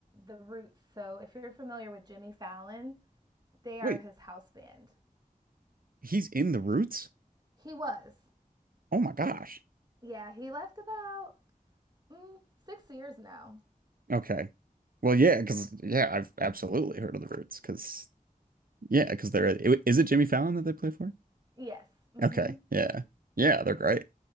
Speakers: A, on the right (about 30°); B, on the right (about 85°).
A: the Roots. So if you're familiar with Jimmy Fallon, they
B: Wait,
A: are his house band.
B: he's in the Roots?
A: He was.
B: Oh my gosh.
A: Yeah, he left about mm, six years now.
B: Okay. Well, yeah, because yeah, I've absolutely heard of the Roots because yeah, because they're is it Jimmy Fallon that they play for?
A: Yes. mhm.
B: Okay. Yeah. Yeah, they're great.